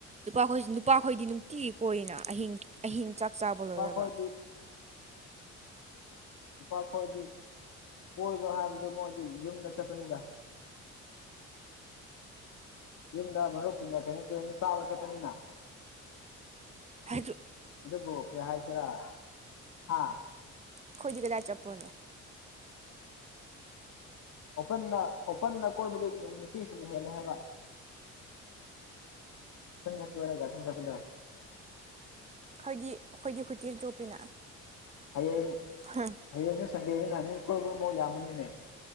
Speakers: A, on the right; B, on the left.
A: ꯅꯨꯄꯥꯈꯣꯏ ꯅꯨꯄꯥꯈꯣꯏꯗꯤ ꯅꯨꯡꯇꯤꯒꯤ ꯀꯣꯏꯅ ꯑꯍꯤꯡ ꯑꯍꯤꯡ ꯆꯥꯛ ꯆꯥꯕ
B: ꯅꯨꯄꯥ
A: ꯂꯣꯏꯔꯒ
B: ꯈꯣꯏꯗꯤ ꯅꯨꯄꯥ ꯈꯣꯏꯗꯤ ꯀꯣꯏꯕ ꯍꯥꯏꯕꯗꯣ ꯃꯣꯏꯗꯤ ꯌꯨꯝꯗ ꯆꯠꯄꯅꯤꯗ <inaudible> ꯌꯨꯝꯗ ꯃꯔꯨꯞꯁꯤꯡꯒꯥ ꯀꯩꯅꯣꯝ ꯄꯨꯟꯅ ꯆꯥꯕ ꯆꯠꯄꯅꯤꯅ
A: ꯍꯥꯏ
B: ꯑꯗꯨꯕꯨ ꯀꯩ ꯍꯥꯏꯁꯤꯦꯔꯥ ꯍꯥ
A: ꯑꯩꯈꯣꯏꯗꯤ ꯀꯗꯥꯏ ꯆꯠꯄ꯭ꯔꯣꯅꯦ
B: ꯑꯣꯄꯟꯅ ꯑꯣꯄꯟꯟꯅ ꯀꯣꯏꯕꯗꯨ ꯅꯨꯄꯤꯁꯤꯡꯅ ꯍꯦꯜꯂꯦ ꯍꯥꯏꯕ ꯅ ꯀꯦꯒꯒꯥꯗꯅ ꯆꯄꯗ
A: ꯍꯥꯏꯣꯏꯗꯤ ꯑꯩꯈꯣꯏꯗꯤ ꯍꯨꯇꯤ ꯆꯣꯄꯤꯅ
B: ꯑꯩꯌꯦ
A: ꯍꯥ
B: ꯍꯌꯦꯡꯁꯨ ꯁꯟꯗꯦꯁꯤ ꯅꯥꯅꯤ ꯀꯣꯏꯕꯃꯛ ꯌꯥꯝꯃꯅꯤꯅꯦ